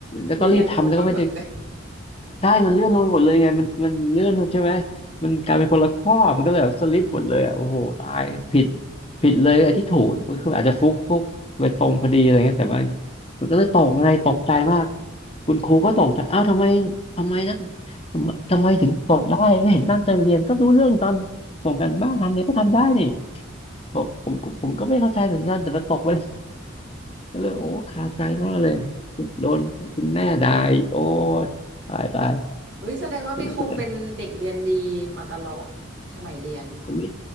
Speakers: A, on the left; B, on the right.
A: แล้วก็รีบทำแล้วก็ไม่ได้
B: เลี่ยงลงไปหมดเลย
A: ใช่มันเลื่อนลงไปหมดเลยไงมันมันเลื่อนใช่ไหมมันกลายเป็นคนละข้อมันก็เลยแบบสลิปหมดเลยอ่ะโอ้โหตายผิดผิดเลยไอ้ที่ถูกก็คืออาจจะฟุกฟุกไปตรงพอดีอะไรเงี้ยแต่ว่ามันก็เลยตกไงตกใจมากคุณครูก็ตกใจอ้าวทำไมทำไมนักทำไมทำไมถึงตกได้ไม่เห็นตั้งใจเรียนก็รู้เรื่องตอนส่งกันบ้านทำอะไรก็ทำได้นี่ บอกผมก็ผมก็ไม่เข้าใจเหมือนกันแต่มันตกไป <laughs> ก็เลยโอ้คาใจมากเลยโดนคุณแม่ด่าอีกโอ้ยตายตาย
B: เฮ้ยแสดงว่าพี่คงเป็นเด็กเรียนดีมาตลอดสมัยเรียน
A: มันก็เลยก็ไม่